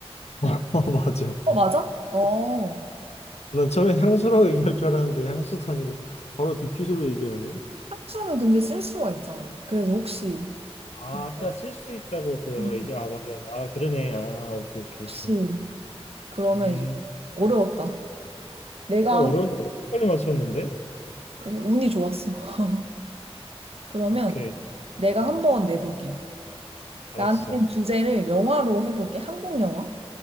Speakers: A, on the left; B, on the right.
A: <laughs> 어, 맞아.
B: 어, 맞아? 어,
A: 난 처음에 향수라고 얘기할 줄 알았는데, 향수도 아니고, 바로 디퓨저로 얘기하네.
B: 향수는 근데 쓸 수가 있잖아. 그래서 혹시,
A: 아,
B: 뭔가,
A: 아까 쓸 수 있다고 그거
B: 음.
A: 얘기, 아, 맞아, 맞아. 아, 그러네. 아, 오케이, 오케이,
B: 혹시
A: 오케이.
B: 그러면
A: 음,
B: 이제 어려웠다. 내가
A: 어,
B: 한,
A: 어려운데 빨리 맞췄는데?
B: 그래, 운이 좋았어. <laughs> 그러면
A: 오케이,
B: 내가
A: 어,
B: 한번 내볼게.
A: 알았어.
B: 나는 주제를 영화로 해볼게. 한국 영화.